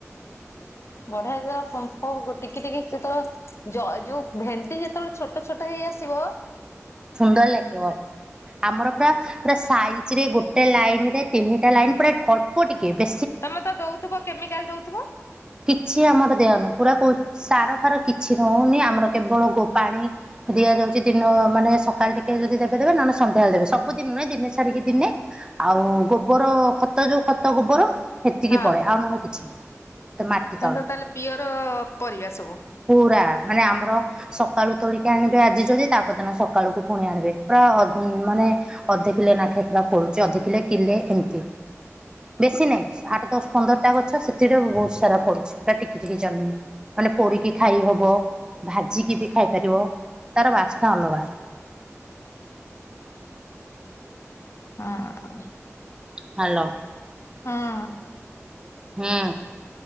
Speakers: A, on the left (about 55°); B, on the right (about 15°).
A: ବଢିଆ ଯେତେବେଳେ ପଙ୍କ ଟିକି ଟିକି ସେତେବେଳେ ଜୟ ଯୋଉ ଭେଣ୍ଡି ଯେତେବେଳେ ଛୋଟ ଛୋଟ ହେଇଆସିବ।
B: ସୁନ୍ଦର ଲାଗିବ। ଆମର ପୁରା ପୁରା ସାଇଜ ରେ ଗୋଟେ ଲାଇନ ରେ ତିନିଟା ଲାଇନ ପୁରା ଅଳ୍ପ ଟିକେ ବେ
A: ତମେ ତ ଦୋଉଥିବ କେମିକାଲ ଦୋଉଥିବ?
B: କିଛି ଆମର ଦିଆ ହୋଉନେହିଁ ପୁରା ସାର ଫାର କିଛି ହୋଉନି ଆମର କେବଳ ଗୋ ପାାଣି। ଦିଆଯାଉଚି ଦିନ ମାନେ ସକାଳେ ଟିକେ ଯଦି ଦେବେ ଦେବେ ନହେଲେ ସନ୍ଧ୍ୟାବେଳେ ଦେବେ ସବୁଦିନି ନୁହେଁ ଦିନେ ଛାଡ଼ିକି ଦିନେ। ଆଉ ଗୋବର ଖତ ଯୋଉ ଖତ ଗୋବର ସେତିକି
A: ହଁ
B: ପଡେ ଆଉ ନହେଲେ କିଛି ନାହିଁ। ମାଟି
A: ତ
B: ତଳେ
A: ତାହେଲେ ଟୋଟାଲି ପିଅର ପରିବା ସବୁ।
B: ପୁରା ମାନେ ଆମର ସକାଳୁ ତୋଳିକି ଆଣିବେ ଆଜି ଯଦି ତାପଦିନ ସକାଳୁକୁ ପୁଣି ଆଣିବେ ପୁରା ମାନେ ଅଧ କିଲେ ନାଖେ ଫୁଳା ଫଳୁଛି ଅଧ କିଲେ କିଲେ ଏମିତି। ବେଶୀ ନାହିଁ ଆଠ ଦଶ ପନ୍ଦରଟା ଗଛ ସେଥିରେ ଭୋଉତୁ। ସାରା ପଡ଼ୁଚି ପୁରା ଟିକି ଟିକି ଜହ୍ନି ମାନେ ପୋଡିକି ଖାଇ ହବ। ଭାଜିିକି ବି ଖାଇପାରିବ ତାର ବାସ୍ନା ଅଲଗା।
A: ହଁ।
B: ହାଲୋ।
A: ହଁ।
B: ହଁ।